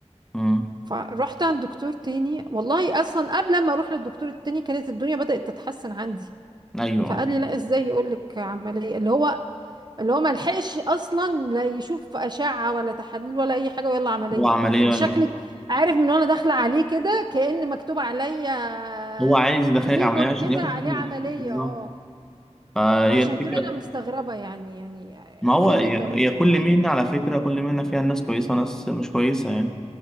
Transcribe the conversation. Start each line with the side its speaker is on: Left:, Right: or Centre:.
Centre: مم.
Right: فرحت عند دكتور تاني والله اصلا قبل ما اروح للدكتور التاني كانت الدنيا بدات تتحسن عندي
Centre: أيوه
Right: فقال لي لا ازاي يقول لك عمليه اللي هو اللي هو ما لحقش اصلا لا يشوف اشعه ولا تحاليل ولا اي حاجه ويلا عمليه
Centre: هو عملية
Right: يعني شكلك
Centre: غير-
Right: عارف من وانا داخله عليه كده كأن مكتوب عليا
Centre: هو عايز يدخلك
Right: ليبل
Centre: عملية عشان
Right: كده
Centre: ياخد
Right: عليه
Centre: فلوس
Right: عمليه
Centre: بالظبط
Right: اه
Centre: فهي
Right: ما عشان
Centre: الفكرة
Right: كده انا مستغربة يعني يعني
Centre: ما هو
Right: فين
Centre: هي
Right: الضمير
Centre: هي كل
Right: يعني
Centre: مهنة على فكرة كل مهنة فيها ناس كويسة وناس مش كويسة يعني